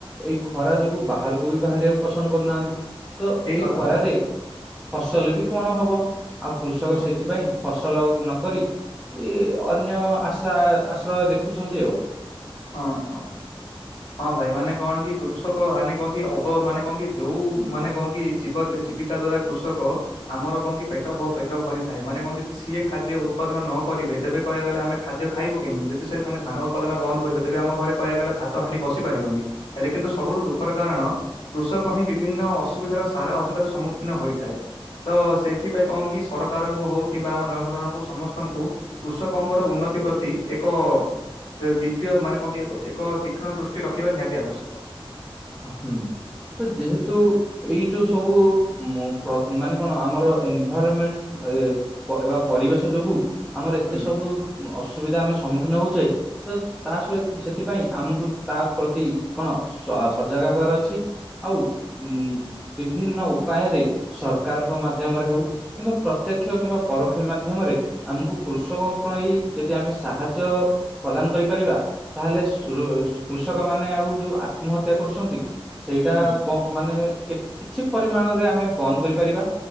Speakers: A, in the centre; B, on the left.
A: ଏଇ ଖରା ଯୋଗୁ ବାହାରକୁ ବି ବାହାରିବାକୁ ପସନ୍ଦ କରୁନାହାନ୍ତି। ତ
B: ଠିକ
A: ଏଇ
B: କଥା
A: ଖରାରେ
B: ଭାଇ
A: ଫସଲ ବି କଣ ହବ? ଆଉ କୃଷକ
B: ହୁଁ
A: ସେଇଥିପାଇଁ ଫସଲ ଆଉ ନକରି ଇ ଅନ୍ୟ ଆଶା ଆଶ୍ରୟ ଦେଖୁଛନ୍ତି ଆଉ।
B: ହଁ ହଁ। ହଁ ଭାଇ ମାନେ କଣ କି କୃଷକ ମାନେ କଣ କି ଅବୟ ମାନେ କଣ କି ଯୋଉ ମାନେ କଣ କି ଜୀବ ଏ ଜୀବିକା ଦ୍ଵାରା କୃଷକ ଆମର କଣ କି ପେଟ ହୋ ପେଟ ଭରିଥାଏ ମାନେ କଣ ଯଦି ସିଏ ଖାଦ୍ୟ ଉତ୍ପାଦନ ନ କରିବେ ତେବେ କହିବାକୁ ଗଲେ ଆମେ ଖାଦ ଖାଇବୁ କେମିତି ଯଦି ସେ ପୁଣି ଧାନ ଉତ୍ପାଦନ ବନ୍ଦ କରିବେ ତେବେ ଆମ ଘରେ କହିବାକୁ ଗଲେ ଭାତ ହାଣ୍ଡି ବସି ପାରିବନି ହେଲେ କିନ୍ତୁ ସବୁଠୁ ଦୁଖର କାରଣ କୃଷକ ହିଁ ବିଭିନ୍ନ ଅସୁବିଧାର ସାରା ଅସୁବିଧାର ସମ୍ମୁଖୀନ ହୋଇଥାଏ। ତ ସେଇଥିପାଇଁ କଣ କି ସରକାରଙ୍କୁ ହୋଉ କିମ୍ବା ଆମ ଜନସାଧାରଣଙ୍କୁ ସମସ୍ତଙ୍କୁ କୃଷକଙ୍କର ଉନ୍ନତି ପ୍ରତି ଏକ ତ ଦି ୟ ମାନେ କଣ କି ଏବ ଏକ ତୀକ୍ଷ୍ଣ ଦୃଷ୍ଟି ରଖିବା ନିହାତି ଆବଶ୍ୟକ।
A: ଅ ହୁଁ ତ ଯେହେତୁ ଏଇ ଯୋଉ ସବୁ ଉମ୍ ପ୍ର ମାନେ କଣ ଆମର ଏନଭାଇରମେଣ୍ଟ ଏ ପ ଏବା ପରିବେଶ ଯୋଗୁ ଆମର ଏତେ
B: ହୁଁ।
A: ସବୁ ଉମ୍ ଅସୁବିଧା ଆମେ ସମ୍ମୁଖୀନ ହୋଉଚେ ତ ତା ସହିତ୍ ସେଥିପାଇଁ ଆମକୁ ତା ପ୍ରତି କଣ ସ ସଜାଗ ହବାର ଅଛି। ଆଉ ଉଁ ବିଭିନ୍ନ ଉପାୟରେ ସରକାରଙ୍କ ମାଧ୍ୟମରେ ହେଉ କିମ୍ବା ପ୍ରତ୍ୟକ୍ଷ କିମ୍ବା ପରୋକ୍ଷ ମାଧ୍ୟମରେ ଆମକୁ କୃଷକଙ୍କ ପାଇଁ ଯଦି ଆମେ ସାହାଯ୍ୟ ପ୍ରଦାନ କରିପାରିବା। ତାହେଲେ ସୃ ଉସ୍ କୃଷକମାନେ ଆଉ ଯୋଉ ଆତ୍ମହତ୍ୟା କରୁଛନ୍ତି ସେଇଟା
B: ହୁଁ
A: ବଁ ମାନେ କେତ୍ କିଛି ପରିମାଣରେ ଆମେ ବନ୍ଦ କରିପାରିବା।